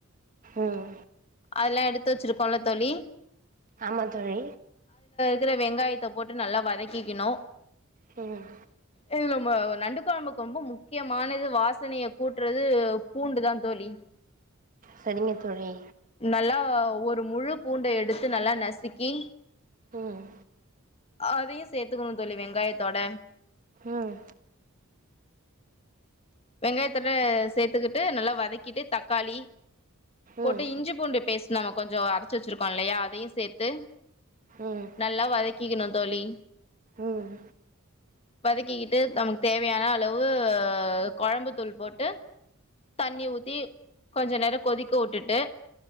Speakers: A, on the right; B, on the left.
A: ம்
B: அதெல்லா எடுத்து வச்சிருக்கோ இல்ல தோழி
A: ஆமா தோழி
B: அதுல வெங்காயத்த போட்டு நல்லா வதக்கிக்கணு
A: ம்
B: இது நம்ம நண்டு கொழம்புக்கு ரொம்ப முக்கியமானது வாசனைய கூட்றது பூண்டு தா தோழி
A: சரிங்க தோழி
B: நல்லா ஒரு முழு பூண்ட எடுத்து நல்லா நசுக்கி
A: ம்
B: அதையு சேத்துக்கணு தோழி வெங்காயத்தோட
A: ம்
B: வெங்காயத்தோட சேத்துக்கிட்டு நல்லா வதக்கிட்டு தக்காளி போட்டு
A: ம்
B: இஞ்சி பூண்டு பேஸ்ட் நம்ம கொஞ்சோ அரைச்சு வச்சிருக்கோ இல்லயா அதயு சேத்து
A: ம் ம்
B: நல்லா வதக்கிக்கணு தோழி
A: ம்
B: வதக்கிகிட்டு நமக்கு தேவயான அளவு கொழம்பு தூள் போட்டு தண்ணி ஊத்தி கொஞ்ச நேரம் கொதிக்க உட்டுட்டு